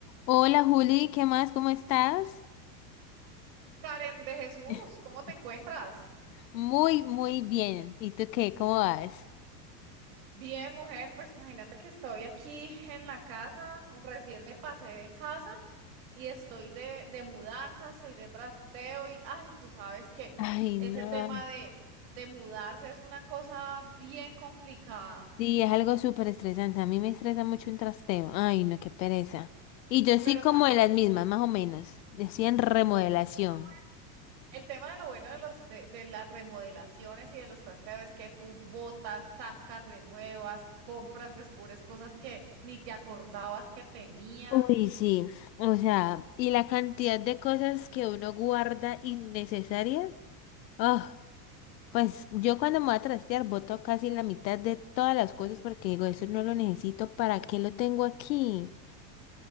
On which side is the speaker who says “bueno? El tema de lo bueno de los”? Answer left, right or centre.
Right